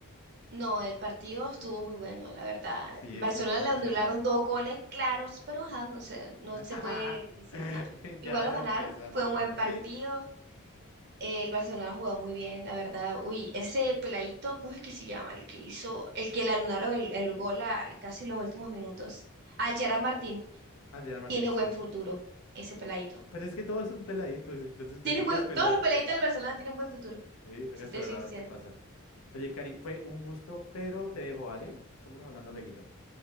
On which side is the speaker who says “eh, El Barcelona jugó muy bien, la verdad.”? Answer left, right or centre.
Right